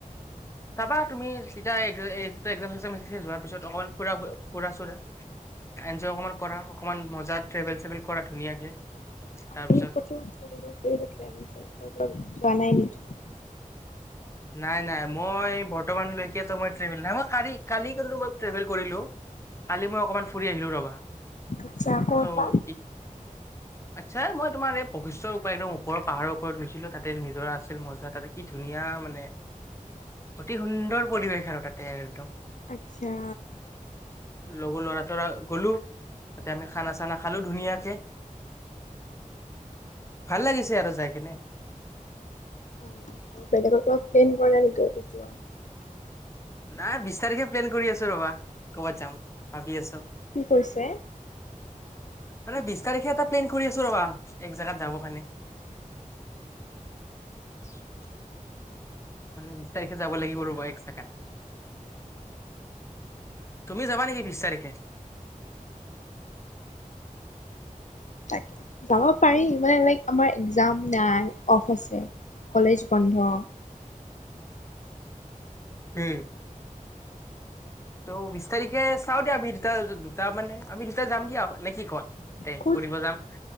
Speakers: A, on the left; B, on the left.
A: যাবা তুমি চিধা এক্সম যোৱাৰ পিছত অকমান ফু-ফুৰা-ছুৰা এনজয় অকমান কৰা, অকনমান মজা ট্ৰেভেল চেল কৰা ধুনীয়াকে। তাৰপিছত
B: আপুনি কতো ফুৰিব-চুৰিব ট্ৰেভেল-ছবেল কৰিব যোৱা নাই নেকি?
A: নাই নাই মই বৰ্তমানলৈকেতো মই ট্ৰেভেল নাই মই কালি কালি কিন্তু মই ট্ৰেভেল কৰিলো। কালি মই অকমান ফুৰি আহিলো ৰবা।
B: আচ্ছা ক'ৰ
A: ত'
B: পৰা
A: আচ্ছা মই তোমাৰ এই বশিষ্ঠ ওপৰৰ পাহাৰৰ ওপৰত গৈছিলো তাতে নিজৰা আছিল মজা তাতে কি ধুনীয়া মানে মানে অতি সুন্দৰ পৰিৱেশ আৰু তাতে একদম।
B: আচ্ছা।
A: লগো ল'ৰা-চ'ৰা গ'লো। তাতে আমি খানা-চানা খালো ধুনীয়াকে। ভাল লাগিছে আৰু জাই কিনে।
B: অ আৰু বেলেগত প্লেন কৰা নেকি অতি যোৱা?
A: নাই বিশ তাৰিখে প্লেন কৰি আছো ৰবা, কৰ'বাত যাম ভাবি আছো।
B: কি কৰিছে?
A: মানে বিশ তাৰিখে এটা প্লেন কৰি আছো ৰবা, এক জেগাত যাব কাৰণে। <inaudible> ন <unintelligible> যাব লাগিব ৰ'বা এক জাগাত। তুমি যাবা নেকি বিশ তাৰিখে?
B: তাক যাব পাৰি মানে লাইক আমাৰ এক্জাম নাই, অফ আছে, কলেজ বন্ধ।
A: উম ত বিশ তাৰিখ তাকে চাও দিয়া আমি দুটা-দুটা মানে আমি দুটা যাম দিয়া নেকি কুৱা? দে
B: ক'ত
A: ফুৰিব যাম।